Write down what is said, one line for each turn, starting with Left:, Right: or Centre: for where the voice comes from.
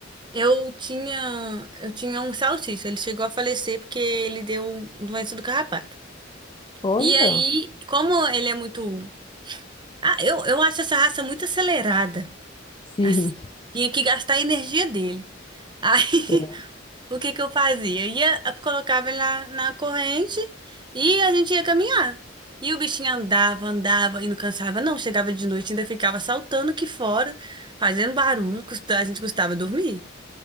Right: Eu tinha, eu tinha um salsicha, ele chegou a falecer porque ele deu doença do carrapato.
Left: olha,
Right: E aí, como ele é muito. Ah, eu, eu acho essa raça muito acelerada.
Left: sim.
Right: Assim, tinha que gastar a energia dele. Aí,
Left: É,
Right: <laughs> o que que eu fazia? Ia, colocava ele na, na corrente e a gente ia caminhar. E o bichinho andava, andava e não cansava, não. Chegava de noite, ainda ficava saltando aqui fora, fazendo barulho, custa- a gente custava dormir.